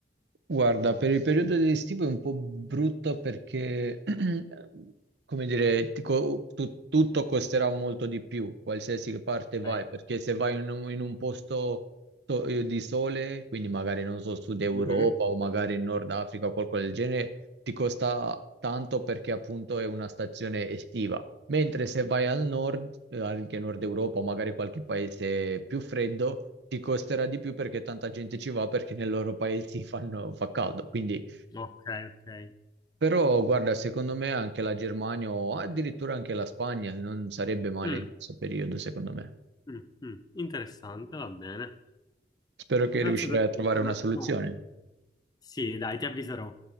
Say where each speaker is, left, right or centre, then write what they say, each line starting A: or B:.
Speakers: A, on the right; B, on the left.
A: Guarda, per il periodo estivo è un po' brutto perché, <clears throat> come dire, ti co- tu- tutto costerà molto di più, qualsiasi parte vai,
B: Ok,
A: perché se vai in un, in un posto to- eh, di sole, quindi magari non so, Sud Europa
B: Mhm.
A: o magari in Nord Africa o qualcosa del genere, ti costa tanto perché appunto è una stazione estiva. Mentre se vai al nord, eh, anche nord Europa o magari qualche paese più freddo, ti costerà di più perché tanta gente ci va perché nei loro paesi <laughs> fanno- fa caldo. Quindi,
B: Ok, ok.
A: però, guarda, secondo me anche la Germania o addirittura anche la Spagna non sarebbe male
B: Mm,
A: in questo periodo, secondo me.
B: mm, mm. Interessante, va bene.
A: Spero che
B: Grazie
A: riuscirai
B: per
A: a trovare
B: l'informazione.
A: una soluzione.
B: Sì, dai, ti avviserò.